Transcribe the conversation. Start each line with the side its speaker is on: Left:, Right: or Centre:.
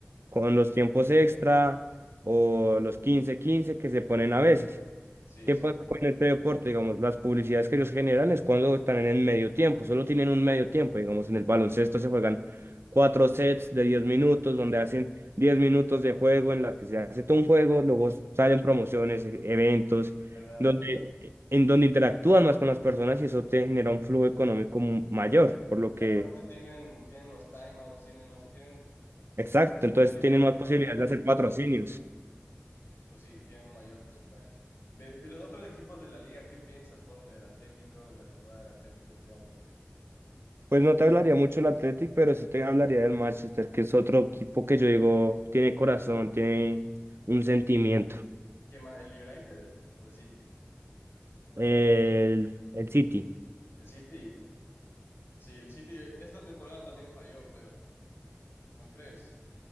Right: con los tiempos extra o los quince quince que se ponen a veces.
Left: sí,
Right: ¿Qué
Left: son
Right: pasa con este deporte? Digamos, las publicidades que ellos generan es cuando están en el medio tiempo, solo tienen un medio tiempo. Digamos, en el baloncesto se juegan cuatro sets de 10 minutos, donde hacen 10 minutos de juego en la que se hace todo un juego, luego salen promociones, e- eventos,
Left: de verdad.
Right: donde, en donde interactúan más con las personas y eso te genera un flujo económico mu- mayor, por lo
Left: Y
Right: que,
Left: aparte tienen, tienen los timeouts, tienen, eso, tienen
Right: exacto,
Left: su,
Right: entonces
Left: su tiempo
Right: tienen
Left: se
Right: más
Left: corta.
Right: posibilidades de hacer patrocinios.
Left: Entonces sí, tienen un mayor porcentaje. De, de los otros equipos de la liga, ¿qué piensas? Ponte del Atlético, de la temporada del Atlético este año.
Right: Pues no te hablaría mucho del Athletic, pero sí te hablaría del Manchester, que es otro equipo que yo digo tiene corazón, tiene un sentimiento.
Left: ¿Qué más? ¿El United o el City?
Right: El, el City.
Left: El City, sí, el City esta temporada también falló, pero ¿no crees?